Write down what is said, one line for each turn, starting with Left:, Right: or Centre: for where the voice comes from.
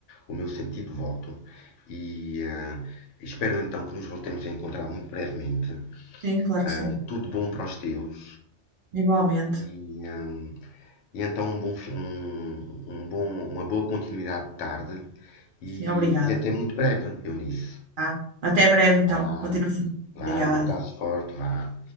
Left: o meu sentido de voto. E eh, espero então que nos voltemos a encontrar muito brevemente.
Right: Sim, claro
Left: Eh,
Right: que sim.
Left: Tudo bom para os teus.
Right: Igualmente.
Left: E, eh, e então um bom, fi- um, um bom, uma boa continuidade de tarde e,
Right: Sim, obrigada.
Left: e até muito breve, Eunice.
Right: Tá? Até breve, então.
Left: Vá,
Right: Continuação.
Left: vá,
Right: Obrigada.
Left: um abraço forte, vá.